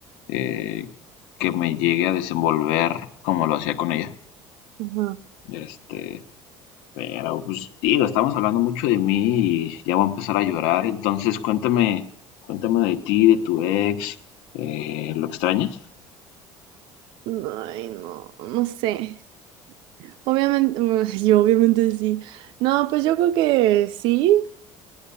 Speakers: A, on the left; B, on the right.
A: eh, que me llegue a desenvolver como lo hacía con ella.
B: Ajá.
A: Este, Pero, pues, digo, estamos hablando mucho de mí y ya voy a empezar a llorar. Entonces, cuéntame, cuéntame de ti, de tu ex. eh, ¿lo extrañas?
B: Ay, no, no sé. Obviamente, <laughs> yo obviamente sí. No, pues yo creo que sí,